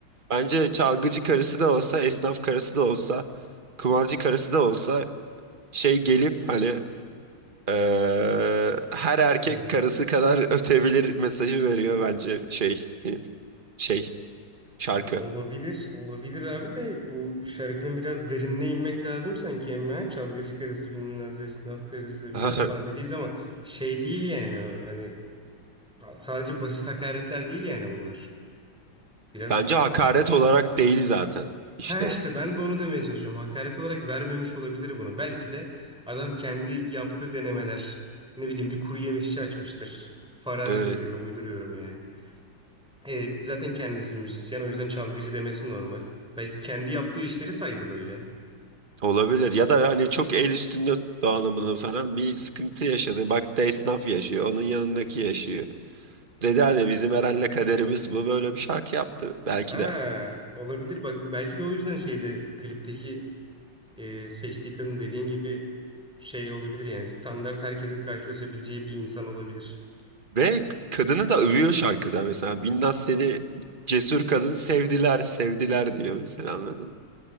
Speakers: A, on the right; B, in the centre.
A: Bence çalgıcı karısı da olsa esnaf karısı da olsa kumarcı karısı da olsa şey gelip hani Ee, her erkek
B: Ne gibi?
A: karısı kadar <laughs> ötebilir mesajı veriyor bence şey e, şey şarkı.
B: Olabilir, olabilir abi de bu şarkının biraz derinine inmek lazım sanki ama çalgıcı karısı bilinmez, esnaf karısı bilinmez
A: <laughs>
B: falan dediğiz ama şey değil yani o, hani sadece basit hakaretler değil yani bunlar. Biraz
A: Bence hakaret
B: bakmakla.
A: olarak değil zaten işte.
B: Ha işte ben de onu demeye çalışıyorum. Hakaret olarak vermemiş olabilir bunu. Belki de adam kendi yaptığı denemeler. Ne bileyim bir kuru yemişçi açmıştır. Farazi
A: Evet,
B: söylüyorum, uyduruyorum yani. E, zaten kendisi müzisyen o yüzden çalgıcı demesi normal. Belki kendi yaptığı işleri saydı böyle.
A: olabilir ya da hani çok el üstünde tuttu anlamında falan bir sıkıntı yaşadı. Bak da esnaf yaşıyor onun yanındaki yaşıyor. Dedi hani bizim herhalde kaderimiz bu böyle bir şarkı yaptı belki
B: Ha,
A: de.
B: olabilir bak belki de o yüzden şeyde klipteki e, seçtiği kadın dediğin gibi şey olabilir yani standart herkesin karşılaşabileceği bir insan olabilir.
A: Ve kadını da övüyor şarkıda mesela Binnaz seni cesur kadın sevdiler sevdiler diyor mesela anladın. mı?